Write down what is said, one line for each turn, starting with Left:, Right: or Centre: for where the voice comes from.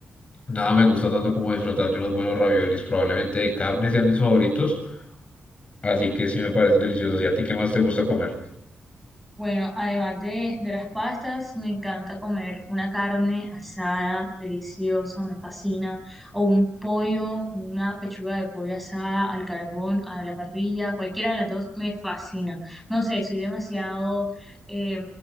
Left: nada me gusta tanto como disfrutar de unos buenos raviolis, probablemente de carne sean mis favoritos, así que sí me parecen deliciosos. ¿Y a ti qué más te gusta comer?
Centre: Bueno, además de, de las pastas, me encanta comer una carne asada, deliciosa, me fascina, o un pollo, una pechuga de pollo asada al carbón, a la parrilla, cualquiera de las dos me fascina. No sé, soy demasiado, eh,